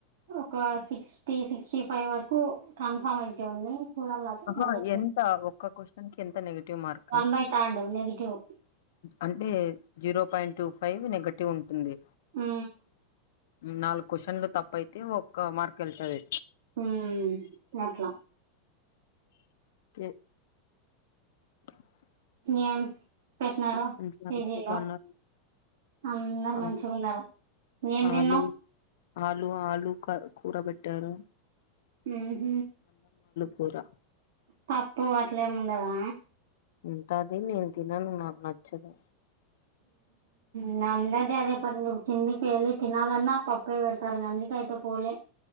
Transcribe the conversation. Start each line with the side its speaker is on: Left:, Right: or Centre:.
Right: ఒక సిక్స్టీ సిక్స్టీ ఫైవ్ వరకు కన్ఫామ్ అయితే ఉంది చూడాల అంటే
Left: ఆ ఎంత ఒక్క క్వశ్చన్ కి ఎంత negative mark
Right: one by third negative
Left: అంటే zero point two five negative ఉంటుంది
Right: ఆ
Left: నాలుగు క్వ్చన్లు తప్పు అయితే ఒక్క మార్క్ వెళ్తుంది
Right: ఉ అట్లా
Left: క <inaudible>
Right: ఏం పెట్టినారో
Left: మంచిగా
Right: పిజీలో
Left: అందరూ బాగున్నారు
Right: అందరు
Left: ఆ
Right: మంచిగా ఉన్నారు ఏం
Left: ఆలు
Right: తిన్నా
Left: ఆలు ఆలు కూరబెట్టారు
Right: ఆ హ
Left: కురా
Right: పప్పు అట్లేమి ఉండదా
Left: ఉంట అది నేను తిినను నాకు నచ్చదు
Right: ఉ అందరిది అదే ప కిందికి వెళ్ళి తినాలన్నా పప్పే పెడతారు గందికి అయితే పోలే